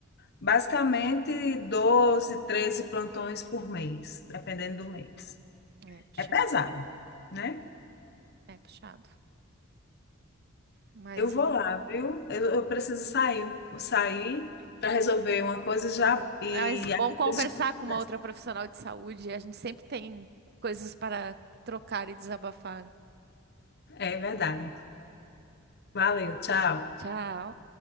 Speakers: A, on the left (about 50°); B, on the right (about 50°).
A: Basicamente, 12 13 plantões por mês, dependendo do mês.
B: é puxado,
A: É pesado, né?
B: é puxado. Mas
A: Eu vou lá, viu? Eu, eu preciso sair, sair para resolver uma coisa já e
B: Mas bom
A: às
B: conversar
A: vezes já tem conversa.
B: com uma outra profissional de saúde. A gente sempre tem coisas para trocar e desabafar.
A: É verdade. Valeu, tchau.
B: Tchau.